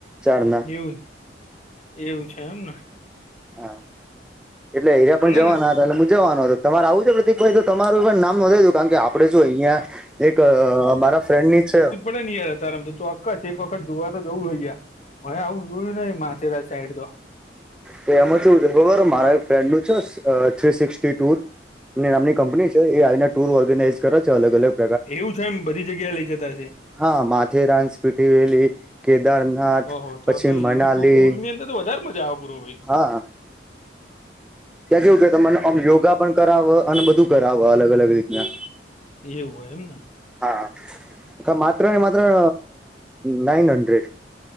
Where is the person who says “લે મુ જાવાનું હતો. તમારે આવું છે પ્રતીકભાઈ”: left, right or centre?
Centre